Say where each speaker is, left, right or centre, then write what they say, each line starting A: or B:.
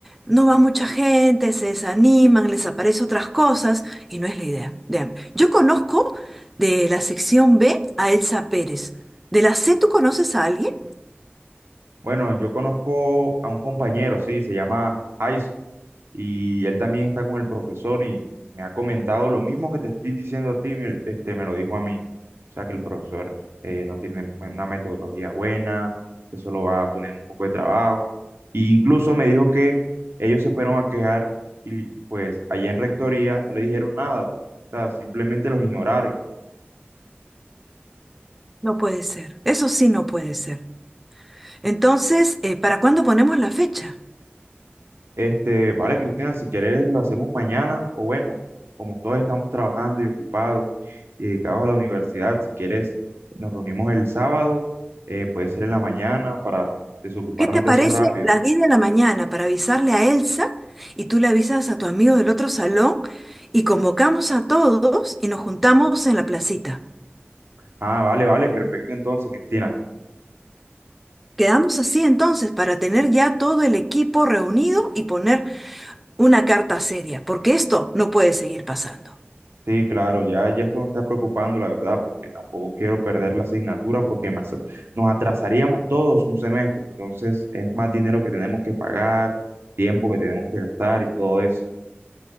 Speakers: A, in the centre; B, on the right.
A: no va mucha gente, se desaniman, les aparecen otras cosas y no es la idea. Vean, yo conozco de la sección B a Elsa Pérez. ¿De la C tú conoces a alguien?
B: Bueno, yo conozco a un compañero, sí, se llama Aiso. y él también está con el profesor y me ha comentado lo mismo que te estoy diciendo a ti, me- este, me lo dijo a mí. O sea, que el profesor eh, no tiene una metodología buena, que solo va a poner un poco de trabajo. Y incluso me dijo que ellos se fueron a quejar y pues allá en rectoría no le dijeron nada. O sea, simplemente los ignoraron.
A: No puede ser. Eso sí no puede ser. Entonces, eh, ¿para cuándo ponemos la fecha?
B: Este, vale, Cristian, si quieres lo hacemos mañana o bueno, como todos estamos trabajando y ocupados y dedicados a la universidad, si quieres nos reunimos el sábado, eh, puede ser en la mañana para desocuparnos
A: ¿Qué te
B: de
A: parece
B: eso rápido.
A: las 10 de la mañana para avisarle a Elsa y tú le avisas a tu amigo del otro salón y convocamos a todos y nos juntamos en la placita?
B: Ah, vale, vale, perfecto entonces, Cristina.
A: Quedamos así entonces para tener ya todo el equipo reunido y poner una carta seria, porque esto no puede seguir pasando.
B: Sí, claro, ya, ya esto me está preocupando, la verdad, porque tampoco quiero perder la asignatura porque me asa- nos atrasaríamos todos un semestre, entonces es más dinero que tenemos que pagar, tiempo que tenemos que gastar y todo eso.